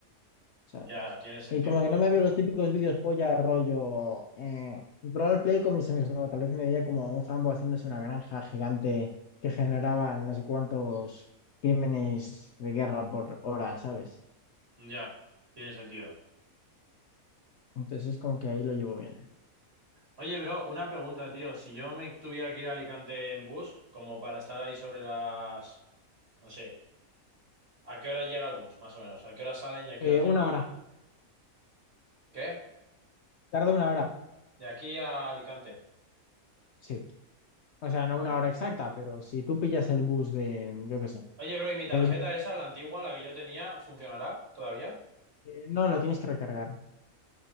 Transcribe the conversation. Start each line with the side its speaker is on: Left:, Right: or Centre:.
Left: ¿sabes?
Right: Ya, tiene sentido,
Left: Y como que
Right: tío.
Left: no me veo los típicos vídeos polla, rollo, eh, roleplay con mis amigos, no, tal vez me veía como un jambo haciéndose una granja gigante que generaba no sé cuántos crímenes de guerra por hora, ¿sabes?
Right: Ya, tiene sentido.
Left: Entonces es como que ahí lo llevo bien.
Right: Oye, bro, una pregunta, tío. Si yo me tuviera que ir a Alicante en bus, como para estar ahí sobre las... No sé, ¿a qué hora llega el bus, más o menos? ¿A qué hora salen y a
Left: Eh,
Right: qué horas llegan?
Left: una hora,
Right: ¿Qué?
Left: tarda una hora.
Right: De aquí a Alicante.
Left: Sí. O sea, no
Right: Vale.
Left: una hora exacta, pero si tú pillas el bus de, yo qué sé,
Right: Oye, bro, ¿y mi tarjeta
Left: el bus
Right: esa, la antigua, la que yo tenía, funcionará todavía?
Left: de- no, lo tienes que recargar.